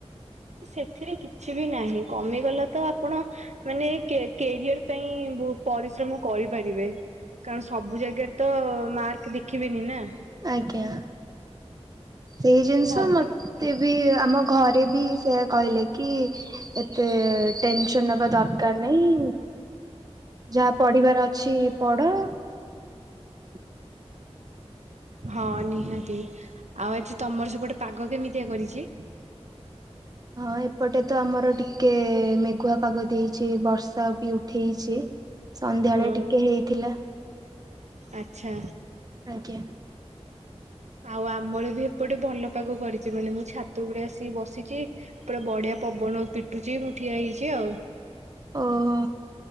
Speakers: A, on the right; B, on the right.
A: ସେଥିରେ କିଛି ବି ନାହିଁ କମିଗଲା ତ ଆପଣ। ମାନେ କ୍ୟାରିଅର ପାଇଁ ପରିଶ୍ରମ କରିପାରିବେ। କାରଣ ସବୁ ଜାଗାରେ ତ ମାର୍କ ଦେଖିବେନି ନା।
B: ଆଜ୍ଞା ସେଇ ଜିନିଷ
A: ତ ଭାବି
B: ମତେ ବି ଆମ। ଘରେ ବି ସେ କହିଲେ କି ଏତେ। ଟେନସନ ହବା ଦରକାର ନାହିଁ ଯାହା ପଢିବାର ଅଛି ପଢ। <inaudible>
A: ହଁ ନିହାତି ଆଉ ଆଜି ତମର ସେପଟେ ପାଗ କେମିତିଆ କରିଛି।
B: ହଁ ଏପଟେ ତ ଆମର ଟିକେ ମେଘୁଆ ପାଗ ଦେଇଛି। କିଛି ବର୍ଷା ବି ଉଠେଇଛି ସନ୍ଧ୍ୟାଳେ
A: ହଁ
B: ଟିକେ ହେଇଥିଲା।
A: ଆଚ୍ଛା।
B: ଆଜ୍ଞା।
A: ଆଉ ଆମର ବି ଏପଟେ ଭଲ ପାଗ କରିଛି ମାନେ ମୁଁ ଛାତ ଗୁଡେ ଆସିକି ବସିଛି ପୁରା ବଢିଆ। ପବନ ପିଟୁଛି ମୁଁ ଠିଆ ହେଇଛି ଆଉ
B: ଓହୋ